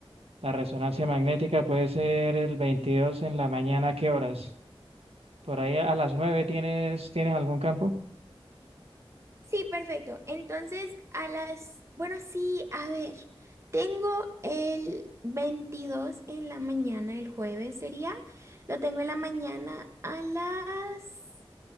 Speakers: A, on the right (about 85°); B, on the right (about 30°).
A: La resonancia magnética puede ser el 22 en la mañana, ¿a qué horas? Por ahí a las 9 tienes, ¿tienes algún campo?
B: Sí, perfecto. Entonces, a las, bueno, sí, a ver, tengo el 22 en la mañana, el jueves sería, lo tengo en la mañana a las,